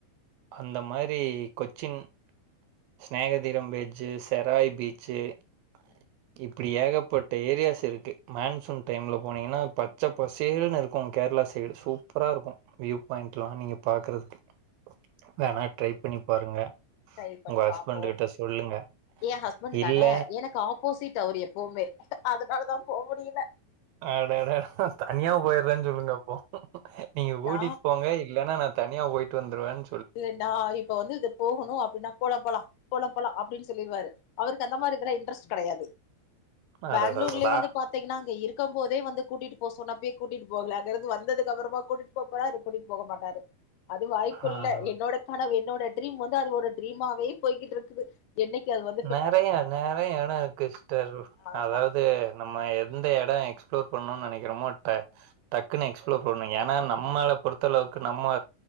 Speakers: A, on the right (about 80°); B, on the left (about 85°).
A: அந்த மாரி கொச்சின் ஸ்நேகதீரம் பீச்சு செராய் பீச்சு இப்
B: ம்
A: இப்டி ஏகப்பட்ட ஏரியாஸ் இருக்கு மான்சூன் டைம்ல போனீங்கன்னா பச்ச பசேள்ன்னு இருக்கு கேர்ளா சைடு சூப் ப்பரா இருக்கு வியூ பாயிண்ட்டெலா நீங்க பாக்கறதுக்கு வேணா ட்ரை பண்ணி பாருங்க
B: ட்ரைப் பண்ணிப்
A: உங்க ஹஸ்பண்ட்
B: பாப்போ
A: கிட்ட சொல்லுங்க
B: எ ஹஸ்பண்ட்
A: இல்ல
B: தானே எனக்கு ஆப் போசிட் அவர் எப்பவுமே அதனால தா போ முடில
A: அடடா தனியா போய்றேன்னு சொல்லுங்க அப்போ நீங்க கூட்டிட்டு
B: நா
A: போங்க இல்லன்னா நா தனியா போயி ட்டு வந்துருவன்
B: இல்லன்னா இப்ப வந்து இது போகணு அப்டின்னா போலா போலா போல போலா அப்டின்னு சொல்லிருவாறு அவருக்கு அந்த மாரி இதல இன்ட்ரெஸ்ட் கெடயாது பெங்ளூர்லே
A: அடடடடா
B: வந்து பாத் பாத்தீங்கனா அங்க இருக்கு போதே வந்து கூட்டிட்டு போ சொன்ன அப்பவே கூட்டிட்டு போகல அங்க இருந்து வந்தது அப்பறமா கூட்டிட் போ போறா கூட்டி போக மாட்டாரு அது வ குள்ள
A: ஆ
B: என்னோட கனவு என்னோட ட்ரீம் வந்து அது ஒரு ட்ரீமாவே போய்கிட்டு இருக்குது என்னைக்கி அது வந்
A: நெறய நெறய எட இருக்கு சிஸ்டர்
B: ஆமா
A: அதாவது நம்ம எந்த எட எக்ஸ்பிளோர் பண்ணணுன்னு நெனக்கிறமோ ட்ட டக்குன்னு எக்ஸ்ப்ளோ பண்ணனு ஏனா நம்மல பொறுத்தளவுக்கு நம்ம